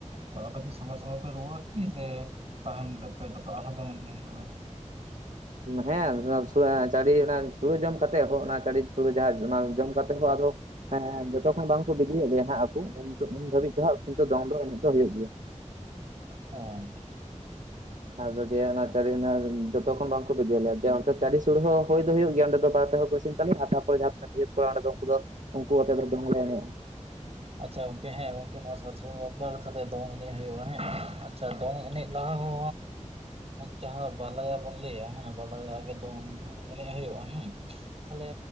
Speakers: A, on the right (about 50°); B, on the right (about 75°).
A: ᱟᱫᱚ ᱠᱤ ᱥᱚᱸᱜᱮ ᱥᱚᱸᱜᱮ ᱯᱮ ᱨᱩᱣᱟᱹᱲᱼᱟ ᱠᱤ ᱥᱮ ᱛᱟᱦᱮᱱ ᱛᱮᱯᱮ ᱛᱮᱯᱮ ᱟᱨᱚ ᱫᱚᱝ ᱮᱱᱮᱡ ᱦᱩᱭᱩᱜᱼᱟ
B: ᱦᱮᱸ <unintelligible> ᱪᱟᱹᱲᱤ ᱥᱩᱲᱮ ᱡᱚᱢ ᱠᱟᱛᱮᱮᱫ ᱦᱚᱸ ᱚᱱᱟ ᱪᱤ ᱥᱩᱲ ᱡᱟᱦᱟᱸ ᱚᱱᱟ ᱡᱚᱢ ᱠᱟᱛᱮ ᱦᱚᱸ ᱟᱫᱚ <unintelligible> ᱦᱮᱸ ᱡᱚᱛᱚᱠᱷᱚᱱ ᱵᱟᱝᱠᱚ ᱵᱤᱫᱤᱭᱮᱫ ᱞᱮᱭᱟ ᱦᱟᱸᱜ ᱟᱠᱩ ᱩᱱ ᱩᱱ ᱫᱷᱟᱹᱵᱤᱡ ᱫᱚ ᱦᱟᱸᱜ ᱠᱤᱱᱛᱩ ᱫᱚᱝ ᱫᱚ ᱮᱱᱮᱡ ᱫᱚ ᱦᱩᱭᱩᱜ ᱜᱮᱭᱟ
A: ᱚᱸᱭ
B: ᱟᱫᱚ ᱡᱮ ᱚᱱᱟ ᱪᱟᱹᱨᱤ ᱡᱚᱛᱚ ᱠᱷᱚᱱ ᱵᱟᱝᱠᱚ ᱵᱤᱫᱟ. ᱭᱮᱫ ᱞᱮᱭᱟᱮ ᱚᱱᱛᱮ ᱪᱟᱹᱨᱤ ᱥᱩᱲᱟᱹ ᱦᱚᱸ ᱦᱩᱭᱫᱚ ᱦᱩᱭᱩᱜ ᱜᱮᱭᱟ ᱚᱸᱰᱮ ᱫᱚ ᱵᱟᱨ ᱯᱮ ᱦᱚᱲ ᱠᱚ ᱤᱥᱤᱱ ᱪᱟᱞᱮ ᱦᱟᱛᱟᱳ ᱯᱚᱨᱮ ᱡᱟᱦᱟᱸ ᱛᱤᱱᱟᱹᱜ ᱵᱤᱨᱭᱟ. ᱛ ᱠᱚᱲᱟ ᱚᱸᱰᱮ ᱫᱚ ᱩᱱᱠᱩ ᱫᱚ ᱩᱱᱠᱩ ᱟᱛᱮᱫ ᱫᱚᱝ ᱞᱮ ᱮᱱᱮᱡᱼᱟ
A: ᱟᱪᱪᱷᱟ ᱜᱚᱝᱠᱮ ᱦᱮᱸ ᱜᱚᱝᱠᱤ ᱱᱚᱣᱟ ᱥᱟᱨ ᱥᱜᱩᱱ ᱵᱟᱯᱟᱨ ᱛᱟᱦᱞᱮ ᱫᱚᱝ ᱮᱱᱮᱡ ᱦᱩᱭᱩᱜᱼᱟ ᱦᱮᱸ ᱟᱪᱪᱷᱟ ᱫᱚᱝ ᱮᱱᱮᱡ ᱞᱟᱦᱟ ᱦᱚᱸ ᱡᱟᱦᱟᱸ ᱵᱟᱞᱟᱭᱟ ᱵᱚᱱ ᱞᱟᱹᱭᱟ ᱦᱮᱸ ᱵᱟᱞᱟᱭᱟ ᱜᱮ ᱫᱚᱝ ᱮᱱᱮᱡ ᱦᱩᱭᱩᱜᱼᱟ ᱦᱮᱸ ᱛᱟᱦᱞᱮ